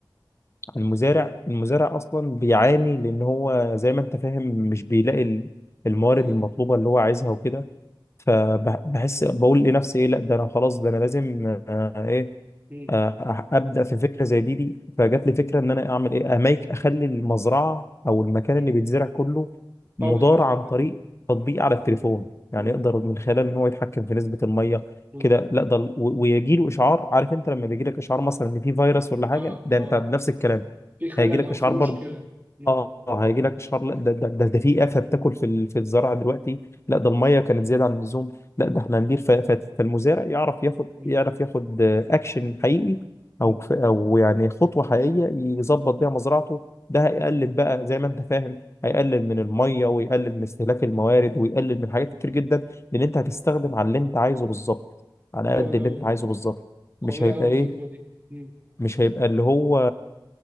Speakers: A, on the left (about 35°); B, on the right (about 20°).
A: على المزارع
B: مم.
A: المزارع اصلا بيعاني لان هو زي ما انت فاهم مش بيلاقي ال- الموارد
B: أكيد
A: المطلوبه اللي هو عايزها وكده فبحس بقول لنفسي ايه لا ده انا خلاص ده انا لازم آه، ايه
B: مم.
A: آه، ابدا في فكره زي دي دي فجات لي فكره ان انا اعمل ايه اميك اخلي المزرعه او المكان
B: مم.
A: اللي بيتزرع كله مدار
B: قوي أوي الفكرة
A: عن طريق
B: دي
A: تطبيق على التليفون يعني
B: مم.
A: يقدر من خلاله ان هو يتحكم في نسبه الميه
B: مم.
A: كده لا ده ال- و- ويجي له اشعار عارف انت لما بيجي لك اشعار مثلا ان في فيروس ولا حاجه
B: آه آه
A: ده
B: آه.
A: انت بنفس الكلام
B: في خلل
A: هيجي لك
B: أو
A: اشعار
B: في مشكلة
A: برضه
B: مم.
A: اه هيجي لك اشهار لا ده ده ده, ده في افه بتاكل في ال- في الزراعه دلوقتي لا ده الميه كانت زياده عن اللزوم لا ده احنا هندير ف- ف- فالمزارع يعرف ياخد
B: مم.
A: يعرف ياخد اكشن حقيقي او
B: مم.
A: ف- او يعني خطوه حقيقيه يظبط بيها مزرعته ده هيقلل بقى زي ما انت فاهم هيقلل
B: مم.
A: من الميه ويقلل من استهلاك الموارد ويقلل من حاجات كتير جدا لان انت هتستخدم على اللي انت عايزه بالظبط على
B: قوي
A: قد اللي
B: أوي
A: انت عايزه بالظبط
B: قوية
A: مش هيبقى
B: أوي الفكرة
A: ايه
B: دي مم.
A: مش هيبقى اللي هو